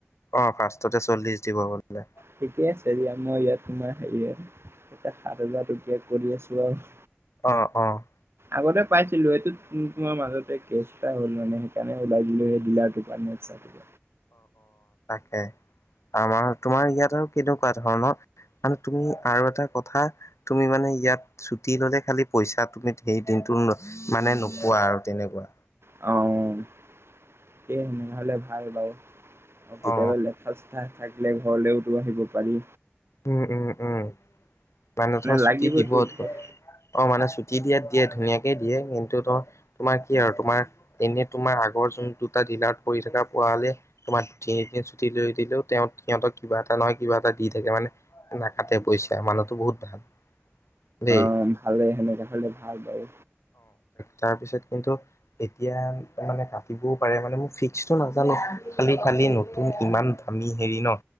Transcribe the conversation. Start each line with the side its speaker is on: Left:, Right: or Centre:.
Left: অ', ফাষ্টতে চল্লিশ দিব বোলে।
Right: ঠিকে আছে দিয়া মই ইয়াত তোমাৰ হেৰি আৰু এয়া সাত হাজাৰ টকীয়া কৰি আছো আৰু।
Left: অ'- অ'।
Right: আগতে পাইছিলো সেইটো তোমাৰ মাজতে কেছ এটা হ'ল মানে সেইকাৰণে ওলাই দিলো সেই বিলাৰটো পান ইচ্ছা দিব।
Left: এ আমাৰ তোমাৰ ইয়াত আৰু কেনেকুৱা ধৰণৰ? ম তুমি আৰু এটা কথা তুমি মানে ইয়াত ছুটি ললে খালি পইচা তুমি সেই দিন মানে নোপোৱা আৰু তেনেকুৱা।
Right: অ'। সেইয়ে তেনেহলে ভাল বাৰু, কেতিয়াবা
Left: অ
Right: লেখ থাকিলে ঘৰলৈওতো আহিব পাৰি।
Left: উম'- উম'- উম', মানে ধৰ ছুটি
Right: লাগিবতো
Left: দিব,
Right: ঘৰত।
Left: অ', মানে দিয়াত দিয়ে ধুনীয়াকেই দিয়ে, কিন্তু তো তোমাৰ কি আৰু তোমাৰ এনে তোমাৰ আগৰ যোন দুটা জিলাত পৰি থকা পোৱা হলে তোমাৰ তিনিদিন ছুটি লৈ দিলেও সিহতক কিবা এটা নহয় কিবা এটা দি থাকে মানে নাকাটে পইচা মানুহ বহুত ভাল। দেই
Right: অ', ভালে সেনেুৱা হলে ভাল বাৰু।
Left: তাৰ পিছত কিন্তু এতিয়া মানে কাটিবও পাৰে মানে মোক টো নাজানো খালি-খালি নতুন ইমান দামী হেৰি ন?